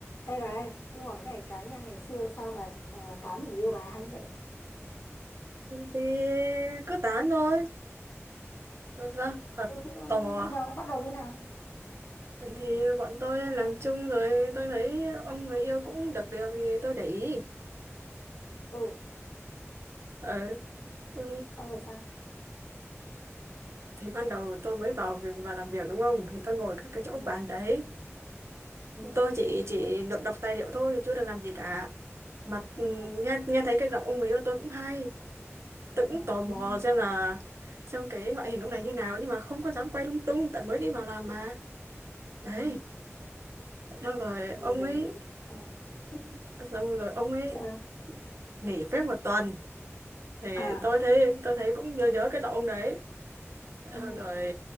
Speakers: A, on the left (about 55°); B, on the right (about 60°).
A: Đây bà ơi, tôi hỏi này cái nha ngày xưa sao bà à, tán được người yêu bà hay vậy?
B: thì cứ tán thôi Thật ra Thật
A: Ừ, ừ,
B: tò mò
A: như
B: à?
A: nào, bắt đầu như nào?
B: thì bọn tôi làm chung rồi tôi thấy ông người yêu cũng được được thì tôi để ý
A: Ừ,
B: ừ.
A: s-
B: ừ,
A: xong rồi sao?
B: thì ban đầu tôi mới vào việc- vào làm việc đúng không thì tôi ngồi các cái chỗ
A: Ừ,
B: bàn đấy
A: ừ,
B: tôi chỉ chỉ được đọc tài liệu thôi chưa được làm gì cả mà
A: ừ,
B: ừ, nghe nghe thấy cái giọng ông người yêu tôi cũng hay tôi cũng
A: ừ,
B: tò mò xem là xem cái ngoại hình ông này như nào nhưng mà không có dám quay lung tung tại mới đi vào làm mà đấy
A: ừ,
B: xong rồi ông
A: ừ đấy,
B: ấy
A: xong rồi. Ừ,
B: xong rồi ông ấy
A: Sao?
B: nghỉ phép một tuần thì
A: À,
B: tôi thấy tôi thấy cũng nhớ nhớ cái giọng ông đấy Xong
A: ừ,
B: rồi